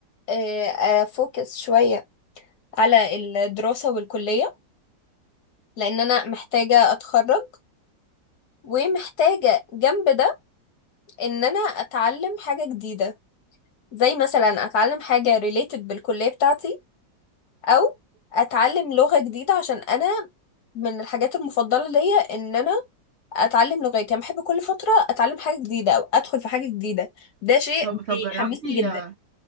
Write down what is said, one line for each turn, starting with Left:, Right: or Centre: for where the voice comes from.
Left: آه افوكس شوية على الدراسة والكلية لان انا محتاجة اتخرج ومحتاجة جنب ده ان انا اتعلم حاجة جديدة زي مثلا اتعلم حاجة related بالكلية بتاعتي او اتعلم لغة جديدة عشان انا من الحاجات المفضلة ليا ان انا اتعلم لغات يعني بحب كل فترة اتعلم حاجة جديدة او ادخل في حاجة جديدة ده شيء
Right: طب طب
Left: بيحمسني
Right: جربتي
Left: جدا
Right: آه،